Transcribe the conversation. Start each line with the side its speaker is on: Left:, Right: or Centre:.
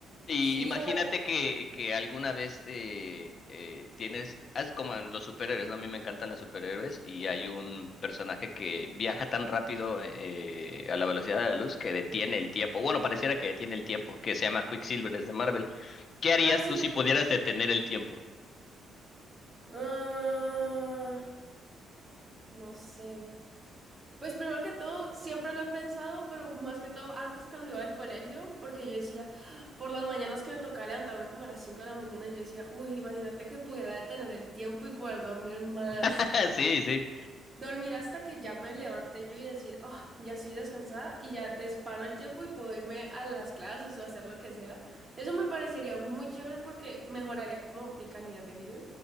Left: Y
Right: sí,
Left: imagínate
Right: o alguien-
Left: que, que alguna vez eh, eh, tienes, haz como en los superhéroes, ¿no? A mí me encantan los superhéroes y hay un personaje que viaja tan rápido eh, a la velocidad de la luz que detiene el tiempo. Bueno, pareciera que detiene el tiempo, que se llama Quicksilver, es de Marvel. ¿Qué harías
Right: Ah, sí,
Left: tú
Right: lo...
Left: si pudieras detener el tiempo?
Right: Ah, no sé. Pues primero que todo, siempre lo he pensado, pero más que todo antes cuando iba al colegio, porque yo decía, "Ah", por las mañanas que me tocaba levantarme como a las 5 de la mañana, yo decía, uy, imagínate que pudiera detener el tiempo y poder dormir más,
Left: <laughs> Sí, sí.
Right: dormir hasta que ya me levante yo y decir, oh, ya estoy descansada y ya disparo el tiempo y puedo irme a las clases o hacer lo que sea. Eso me parecería muy chévere porque mejoraría como mi calidad de vida.